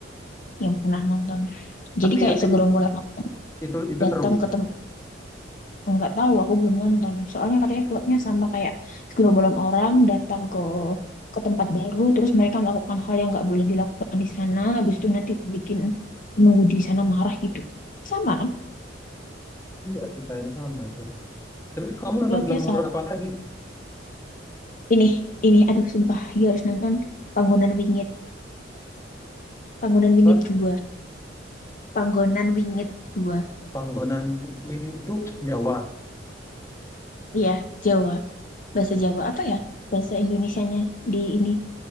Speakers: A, on the left; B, on the left.
A: yang pernah nonton. Jadi
B: Tapi
A: kayak
B: tapi
A: segerombolan orang
B: itu itu
A: datang
B: seru.
A: ke tempat nggak tahu aku belum nonton. Soalnya katanya plotnya sama kayak segerombolan orang datang ke ke tempat baru terus mereka melakukan hal yang nggak boleh dilakukan di sana habis itu nanti bikin penunggu di sana marah gitu. Sama kan?
B: Iya, ceritanya sama itu. Tapi kamu nonton
A: Plotnya
B: film
A: sama.
B: horor apa lagi?
A: Ini, ini, aduh sumpah, you harus nonton Panggonan Wingit. Panggonan Wingit
B: Wah,
A: dua, Panggonan Wingit dua,
B: Panggonan Winit itu Jawa.
A: Iya, Jawa. Bahasa Jawa apa ya? Bahasa Indonesianya di ini.